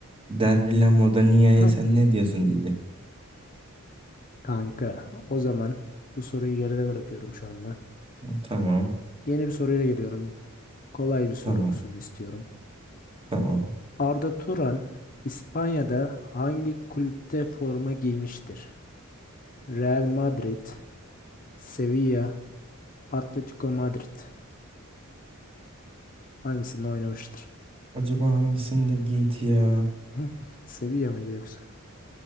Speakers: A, on the right; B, on the left.
A: Dermilla Modania'ya
B: <laughs>
A: sen ne diyorsun diyeceğim.
B: Kanka, o zaman bu soruyu geride bırakıyorum şu anda.
A: Tamam.
B: Yeni bir soruyla geliyorum. Kolay bir soru
A: Tamam.
B: olsun istiyorum.
A: Tamam.
B: Arda Turan İspanya'da hangi kulüpte forma giymiştir? Real Madrid, Sevilla, Atletico Madrid. Hangisinde oynamıştır?
A: Acaba hangisinde giydi ya?
B: <laughs> Hı? Sevilla mıydı yoksa?